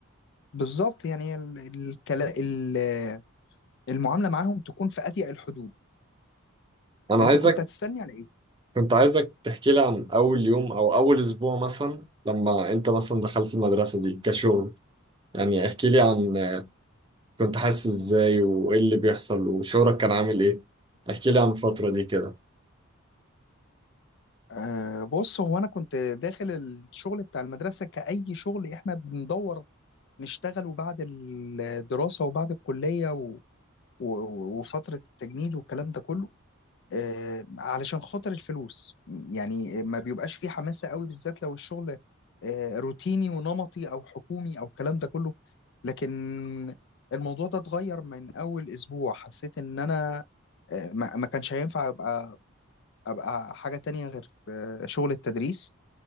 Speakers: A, on the left; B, on the right.
A: بالظبط يعني ال- الكلا- ال- المعاملة معاهم تكون في أضيق الحدود
B: أنا
A: انت
B: عايزك
A: كنت هتستني على ايه
B: كنت عايزك تحكي لي عن أول يوم أو أول أسبوع مثلا لما أنت مثلا دخلت المدرسة دي كشغل يعني احكي لي عن كنت حاسس ازاي وايه اللي بيحصل وشعورك كان عامل ايه احكي لي عن الفترة دي كده
A: آه بص هو انا كنت داخل الشغل بتاع المدرسه كأي شغل احنا بندور نشتغله بعد الدراسه وبعد الكليه و... و... وفتره التجنيد والكلام ده كله آه علشان خاطر الفلوس يعني ما بيبقاش فيه حماسه قوي بالذات لو الشغل آه روتيني ونمطي او حكومي او الكلام ده كله لكن الموضوع ده اتغير من اول اسبوع حسيت ان انا آه، ما ما كانش هينفع ابقى ابقى حاجه تانية غير آه، شغل التدريس